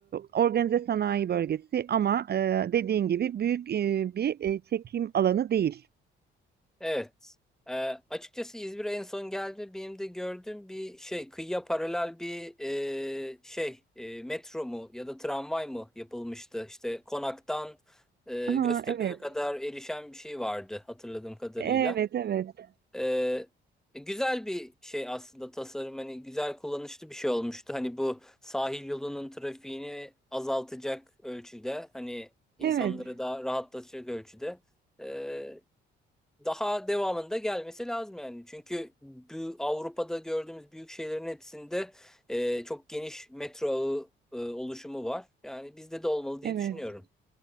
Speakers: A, on the right (about 55°); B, in the centre.
A: organize sanayi bölgesi ama e, dediğin gibi büyük e, bir e, çekim alanı değil.
B: Evet. Ee, açıkçası İzmir'e en son geldi. Benim de gördüğüm bir şey kıyıya paralel bir e, şey e, metro mu ya da tramvay mı yapılmıştı? İşte Konak'tan e,
A: Aha,
B: Göztepe'ye
A: evet.
B: kadar erişen bir şey vardı hatırladığım kadarıyla.
A: Evet, evet.
B: Ee, güzel bir şey aslında tasarım hani güzel kullanışlı bir şey olmuştu. Hani bu sahil yolunun trafiğini azaltacak ölçüde hani insanları
A: Evet,
B: daha rahatlatacak ölçüde Ee, daha devamında gelmesi lazım yani. Çünkü bu Avrupa'da gördüğümüz büyük şehirlerin hepsinde e, çok geniş metro ağı e, oluşumu var. Yani bizde de olmalı diye
A: evet.
B: düşünüyorum.